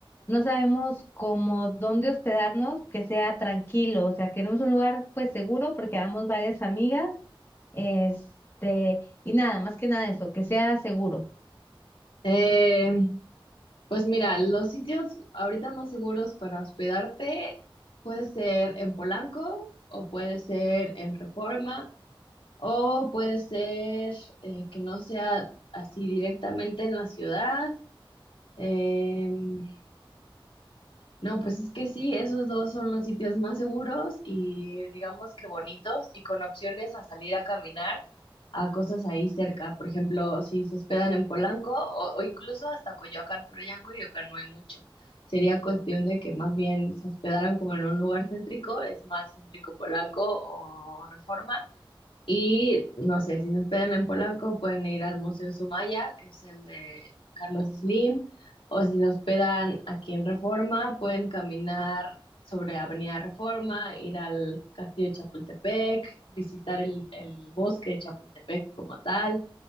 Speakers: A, on the left; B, on the left.
A: no sabemos cómo dónde hospedarnos que sea tranquilo, o sea, queremos un lugar pues seguro porque vamos varias amigas, este, y nada, más que nada eso, que sea seguro.
B: Eh, Pues mira, los sitios ahorita más seguros para hospedarte puede ser en Polanco o puede ser en Reforma o puede ser eh, que no sea así directamente en la ciudad. Em, no, pues es que sí, esos dos son los sitios más seguros y digamos que bonitos y con opciones a salir a caminar a cosas ahí cerca. Por ejemplo, si se hospedan en Polanco o, o incluso hasta Coyoacán, pero ya en Coyoacán no hay mucho. Sería cuestión de que más bien se hospedaran como en un lugar céntrico, es más céntrico Polanco o Reforma, y no sé, si nos esperan en Polanco, pueden ir al Museo Sumaya, que es el de Carlos Slim, o si nos esperan aquí en Reforma, pueden caminar sobre Avenida Reforma, ir al Castillo de Chapultepec, visitar el, el bosque de Chapultepec como tal,